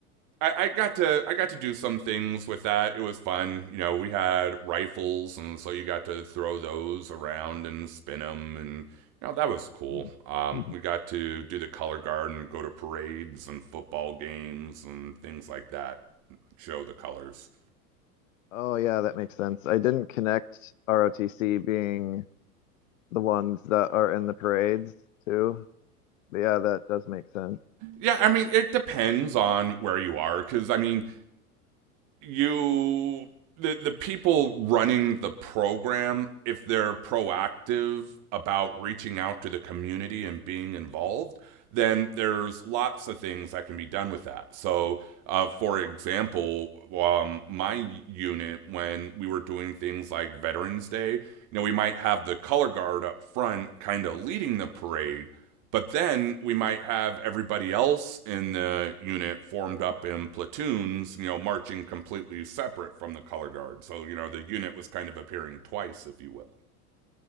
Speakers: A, on the right; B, on the left.
A: I, I got to I got to do some things with that. It was fun. You know, we had rifles, and so you got to throw those around and spin them, and you know that was cool.
B: Mm.
A: Um,
B: Mhm.
A: we got to do the color guard and go to parades and football games and things like that. Show the colors.
B: Oh, yeah, that makes sense. I didn't connect ROTC being the ones that are in the parades too. But yeah, that does make sense.
A: Yeah, I mean, it depends on where you are because, I mean, you, the, the people running the program, if they're proactive about reaching out to the community and being involved, then there's lots of things that can be done with that. So, uh, for example, um, my unit, when we were doing things like Veterans Day, you know, we might have the color guard up front kind of leading the parade, but then we might have everybody else in the unit formed up in platoons, you know, marching completely separate from the color guard. So, you know, the unit was kind of appearing twice, if you will.